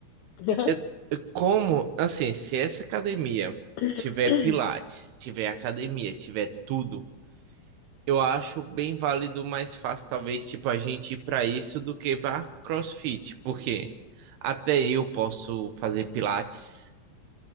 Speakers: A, on the left; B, on the right.
A: <laughs> Aham.
B: Eu, eu- como, assim, se essa academia
A: <coughs>
B: tiver pilates, tiver academia, tiver tudo, eu acho bem válido, mais fácil, talvez, tipo, a gente ir pra isso do que pra CrossFit, porque até eu posso fazer pilates.